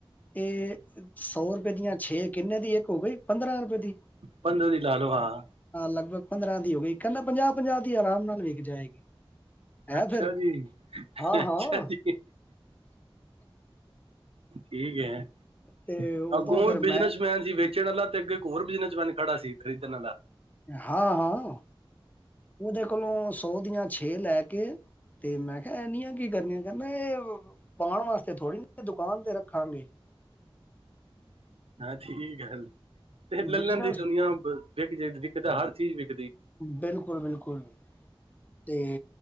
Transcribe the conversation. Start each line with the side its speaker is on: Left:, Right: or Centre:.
Left: ਇਹ ਸੌ ਰੁਪਏ ਦੀਆਂ ਛੇ ਕਿੰਨੇ ਦੀ ਇੱਕ ਹੋ ਗਈ ਪੰਦਰਾਂ ਰੁਪਏ ਦੀ
Right: ਪੰਦਰਾਂ ਦੀ ਲਾ ਲਓ ਹਾਂ
Left: ਆ ਲਗਭਗ ਪੰਦਰਾਂ ਦੀ ਹੋ ਗਈ ਕਹਿੰਦਾ ਪੰਜਾਹ ਪੰਜਾਹ ਦੀ ਆਰਾਮ ਨਾਲ ਵਿਕ ਜਾਏਗੀ ਹੈ
Right: ਅੱਛਾ
Left: ਫਿਰ
Right: ਜੀ
Left: ਹਾਂ-ਹਾਂ
Right: ਅੱਛਾ ਜੀ ਠੀਕ ਹੈ
Left: ਤੇ ਉਦੋਂ
Right: ਅੱਗੋਂ
Left: ਫਿਰ
Right: ਵੀ
Left: ਮੈਂ
Right: ਬਿਜਨਸਮੈਨ ਸੀ ਵੀ ਪਿੱਛੇ ਵਾਲਾ ਤੇ ਅੱਗੇ ਹੋਰ ਬਿਜਨਸਮੈਨ ਖੜਾ ਸੀ ਖਰੀਦਣ ਵਾਲਾ
Left: ਹਾਂ ਹਾਂ ਉਹਦੇ ਕੋਲੋਂ ਸੌ ਦੀਆਂ ਛੇ ਲੈ ਕੇ ਤੇ ਮੈਂ ਕਿਹਾ ਇਨੀਆਂ ਕੀ ਕਰਨੀਆਂ ਕਹਿੰਦਾ ਇਹ ਪਾਉਣ ਵਾਸਤੇ ਥੋੜ੍ਹੀ ਦੁਕਾਨ ਤੇ ਰੱਖਾਂਗੇ
Right: ਹਾਂ ਠੀਕ ਗੱਲ ਤੇ ਲੈ
Left: ਬਿਜਨਸ
Right: ਲੈਂਦੇ ਦੁਨੀਆਂ ਵਿਕ ਜੇ ਵਿਕਦਾ ਹਰ ਜੀ, ਜ
Left: ਬਿਲਕੁਲ, ਬਿਲਕੁਲ ਤੇ